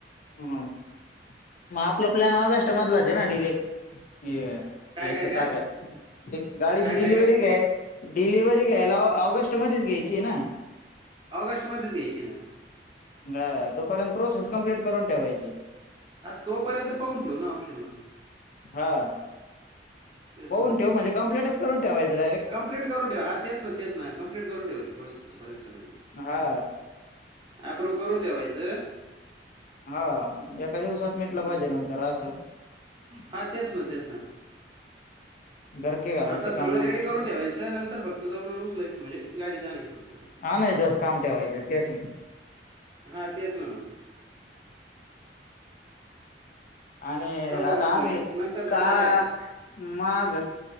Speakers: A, on the left (about 50°); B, on the right (about 25°).
A: ह मग आपला प्लॅन आग अस मधलाच आहे ना डिले. घ्यायच्या
B: काय काय काय
A: ताब्यात गाडीची
B: काय
A: डिलिव्हरी
B: काय काय
A: घ्या. डिलिव्हरी घ्यायला ऑगस्ट मध्येच घ्यायची ना.
B: ऑगस्टमध्येच घ्यायची ना.
A: हा तोपर्यंत प्रोसेस कम्प्लीट करून ठेवायची.
B: हा तोपर्यंत पाहून ठेव ना ऑप्शन मग.
A: हा
B: तेच
A: होऊन
B: ना मग
A: ठेव म्हणजे कंप्लेटच करून ठेवायचं डायरेक्ट.
B: कंप्लीट करून ठेऊ हा तेच मह तेच क्प्लीट करून ठेयची प्रोसेसर्यंत सगळी.
A: हा.
B: अप्रूव्ह करून ठेवायचं.
A: हा एका दिवसात.
B: हं.
A: मिेटलं पाहिजे नंतर असं.
B: हा तेच ना तेच ना
A: गरके घालायचं
B: आता सगळं
A: काम
B: रेडी
A: नको
B: करून ठेवायचं नंतर फक्त जाऊन उचलायचं म्हणजे गाडी जा आणयची फक्त.
A: हा नाही तेच काम ठेवायचं तेच मी.
B: हां तेच ना मग.
A: आणि
B: तवर
A: आता
B: म्हणजे
A: आम्ही
B: नंतर
A: का.
B: ताण नाही राहायचं
A: माग